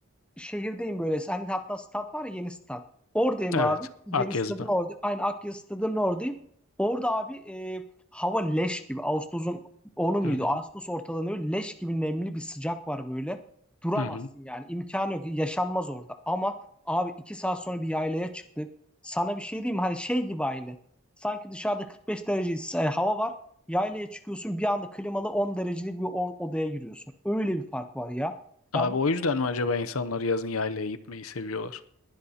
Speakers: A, in the centre; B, on the left (about 80°).
A: şehirdeyim böyle. Hani hatta stat var ya yeni stat. Oradayım
B: Evet.
A: abi. Yeni
B: Akyazı'da.
A: stadın orada. Aynı Akya stadının oradayım. Orada abi e, hava leş gibi. Ağustos'un onu muydu?
B: Hı hı.
A: Ağustos ortalarında böyle leş gibi nemli bir sıcak var böyle. Duramazsın
B: Hı hı.
A: yani. İmkanı yok. Yaşanmaz orada. Ama abi iki saat sonra bir yaylaya çıktık. Sana bir şey diyeyim mi? Hani şey gibi aynı. Sanki dışarıda 45 derece e, hava var. Yaylaya çıkıyorsun bir anda klimalı 10 derecelik bir o- odaya giriyorsun. Öyle bir fark var ya.
B: Abi
A: Ben
B: o yüzden mi acaba insanlar yazın yaylaya gitmeyi seviyorlar?